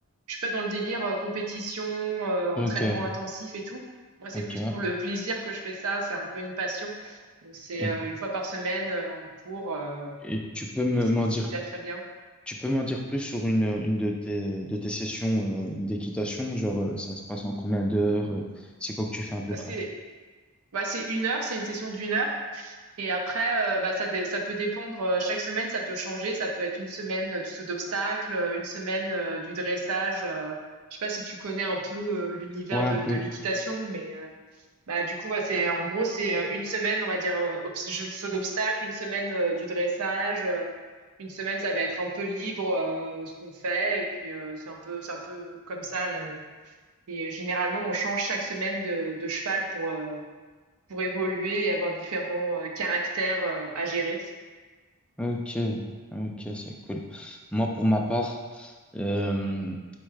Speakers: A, on the right; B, in the centre.
A: je suis pas dans le délire euh, compétition, euh, entraînement
B: Ok,
A: intensif et tout. Moi, c'est
B: ok.
A: plus pour le plaisir que je fais ça. C'est un peu une passion. Donc, c'est
B: Et,
A: euh, une fois par semaine euh, en cours euh,
B: et tu peux me,
A: et c'est
B: m'en
A: c'est
B: dire
A: déjà très bien.
B: Tu peux m'en dire plus sur une, une de tes, de tes sessions euh, d'équitation? Genre, euh, ça se passe en combien d'heures? euh, C'est quoi que tu fais à peu
A: Euh,
B: près?
A: C'est bah, c'est une heure, c'est une session d'une heure. Et après, euh, bah, ça, dé- ça peut dépendre. euh, Chaque semaine, ça peut changer. Ça peut être une semaine euh, du saut d'obstacle, euh, une semaine euh, du dressage. euh. Je sais pas si tu connais un peu euh, l'univers
B: Ouais, un
A: de,
B: peu.
A: de l'équitation, mais euh, bah, du coup, ouais, c'est en gros, c'est euh, une semaine, on va dire, euh, obs- jeu- saut d'obstacle, une semaine euh, du dressage, euh, une semaine, ça va être un peu libre euh, ce qu'on fait. Et puis, euh, c'est un peu, c'est un peu comme ça. là. Et généralement, on change chaque semaine de, de cheval pour euh, pour évoluer et avoir différents euh, caractères euh, à gérer.
B: Ok, ok, c'est cool. Moi, pour ma part, euh,